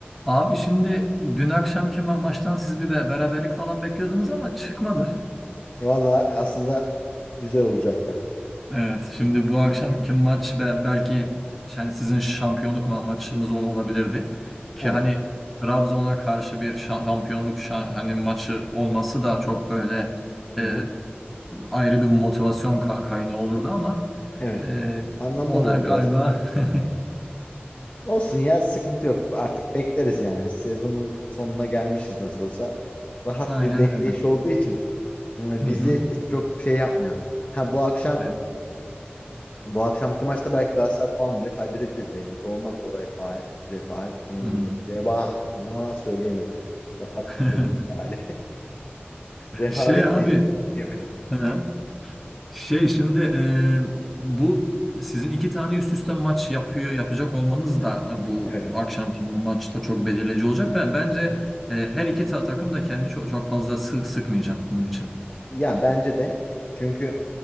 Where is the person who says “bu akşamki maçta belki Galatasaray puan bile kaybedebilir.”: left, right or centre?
Left